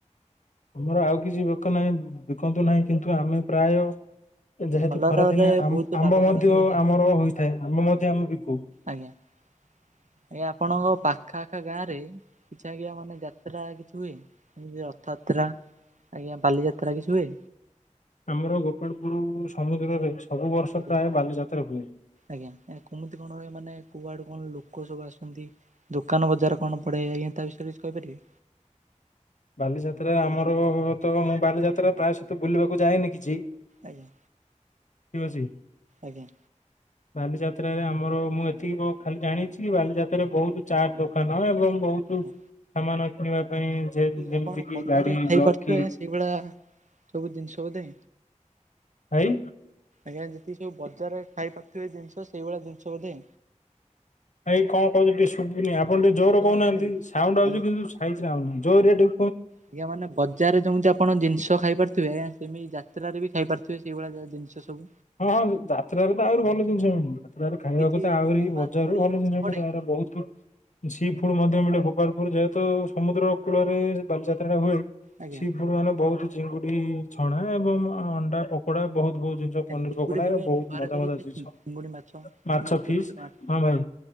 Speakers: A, on the left; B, on the right.
A: ଆମର ଆଉ କିଛି ବେକ ନାହିଁ ବିକନ୍ତୁ ନାହିଁ କିନ୍ତୁ ଆମେ ପ୍ରାୟ ଯେହେତୁ
B: କଲରାରେ
A: ଖରାଦିନେ
B: ବହୁତ
A: ଆମ୍ବ
B: ଲାଭ
A: ମଧ୍ୟ
B: କରନ୍ତି ବୋଧେ
A: ଆମର ହୋଇଥାଏ ଆମ୍ବ ମଧ୍ୟ ଆମେ ବିକୁ।
B: ଆଜ୍ଞା ଆଜ୍ଞା ଆପଣଙ୍କ ପାଖ ଆଖା ଗାଁ ରେ କିଛି ଆଜ୍ଞା ମାନେ ଯାତ୍ରା କିଛି ହୁଏ ଯେମିତି ରଥଯାତ୍ରା ଆଜ୍ଞା ବାଲିଯାତ୍ରା କିଛି ହୁଏ
A: ଆମର ଗୋପାଳପୁର ସମୁଦ୍ରରେ ସବୁ ବର୍ଷ
B: ଆଜ୍ଞା
A: ପ୍ରାୟ ବାଲିଯାତ୍ରା ହୁଏ।
B: ଆଜ୍ଞା କମିତି କଣ ହୁଏ ମାନେ କୁଆଡୁ କଣ ଲୋକ କୋଉ ସବୁ ଆସୁଛନ୍ତି ଦୋକାନ ବଜାର କଣ ପଡେ ଆଜ୍ଞା ତା ବିଷୟରେ କିଛି କହିପାରିବେ
A: ବାଲିଯାତ୍ରାରେ ଆମର ତ ମୁଁ ବାଲିଯାତ୍ରା ପ୍ରାୟ ସେତ ବୁଲିବାକୁ ଯାଏନି କିଛି
B: ଆଜ୍ଞା
A: ଠିକ୍ ଅଛି
B: ଆଜ୍ଞା!
A: ବାଲିଯାତ୍ରାରେ ଆମର ମୁଁ ଏତିକି ଖାଲି ଜାଣିଛି କି ବାଲିଯାତ୍ରାରେ ବହୁତ ଚାଟ ଦୋକାନ ଏବଂ ବହୁତୁ
B: ଆଜ୍ଞା।
A: ସାମାନ କିଣିବା ପାଇଁ ଯେ ଯେମିତି
B: ଆପଣ
A: କିି
B: ବଜାରେ
A: ଗାଡି
B: ଖାଇପାରୁଥିବେ
A: ଲକି
B: ସେଇଭଳିଆ ସବୁ ଜିନିଷ ବୋଧେ
A: ଭାଇ
B: ଆଜ୍ଞା! ଯେତିକି ସବୁ ବଜାରରେ ଖାଇ ପାରୁଥିବେ ଜିନିଷ ସେଇଭଳିଆ ଜିନିଷ ବୋଧେ
A: ଭାଇ କଣ କହୁଛ ଟିକେ ଶୁୁଭୁନି ଆପଣ ଟିକେ ଜୋର
B: ଆଜ୍ଞା
A: କହୁନାହାନ୍ତି
B: ମାନେ
A: ସାଉଣ୍ଡ
B: ଆଜ୍ଞା
A: ଆଉଛି କିନ୍ତୁ ସାଇଜରେ ଆଉନି ଜୋରେଡ଼ୁ
B: ଆଜ୍ଞା! ମାନେ ବଜାରରେ ଯେମିତି ଆପଣ ଜିନିଷ ଖାଇ ପାରୁଥିବେ ଆଜ୍ଞା! ଯେମିତି ଯାତ୍ରାରେ ବି ଖାଇପାରୁଥିବେ ସେଇଭଳିଆ ଜିନିଷ ସବୁ
A: ହଁ, ହଁ ଯାତ୍ରାରେ ତ ଆହୁରି ଭଲ ଜିନିଷ ମିଳୁ ତ୍ରାରେ ଖାଇବାକୁ
B: କିଛି
A: ତ ଆହୁରି
B: ନୂଆ
A: ବଜାରରୁ
B: ଧୂଳି
A: ଭଲ
B: କିଛି
A: ଜିନିଷ
B: ପଡେ
A: ମି ବହୁତ ଫୁଡ୍ ମଧ୍ୟ ମିଳେ ଗୋପାଳପୁର ଯେହେତୁ ସମୁଦ୍ର କୂଳରେ ବାଲିଯାତ୍ରାଟା ହୁଏ
B: ଆଜ୍ଞା
A: ସିପରୁ ମାନେ ବହୁତ ଚିଙ୍ଗୁଡି ଛଣା ଏବଂ ଅଣ୍ଡା ପକୋଡା ବହୁତ ବହୁତ ଜି ପନିର
B: ଚିଙ୍ଗୁଡି
A: ପକୋଡା
B: କେବେ
A: ଏ ବହୁତ
B: ଘରେ
A: ମଜା
B: କରି
A: ମଜା
B: ଖାଇଛନ୍ତି
A: ଜିନିଷ
B: ଚିଙ୍ଗୁଡି ମାଛ?
A: ମାଛ
B: କିମ୍ବା ଛୋଟ
A: ଫିସ୍
B: ଛୋଟ ମାଛ
A: ହଁ, ଭାଇ